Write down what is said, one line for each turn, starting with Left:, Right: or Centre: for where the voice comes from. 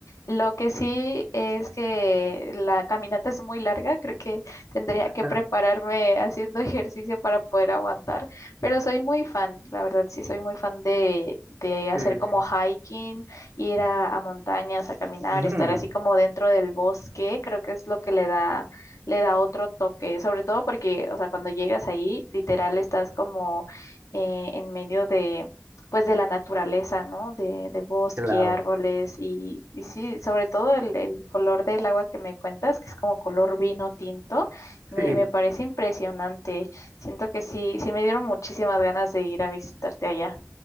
Left: Lo que sí es que la caminata es muy larga, creo que tendría
Right: <laughs>
Left: que prepararme haciendo <laughs> ejercicio para poder aguantar. Pero soy muy fan, la verdad, sí soy muy fan de, de hacer
Right: sí.
Left: como hiking, ir a, a montañas, a caminar,
Right: Ujú,
Left: estar así como dentro del bosque, creo que es lo que le da, le da otro toque, sobre todo porque, o sea, cuando llegas ahí, literal estás como eh, en medio de, pues de la naturaleza, ¿no? De, de bosque,
Right: claro,
Left: árboles y, y sí, sobre todo el, el color del agua que me cuentas, que es como color vino tinto, me,
Right: <laughs> sí,
Left: me parece impresionante. Siento que sí, sí me dieron muchísimas ganas de ir a visitarte allá.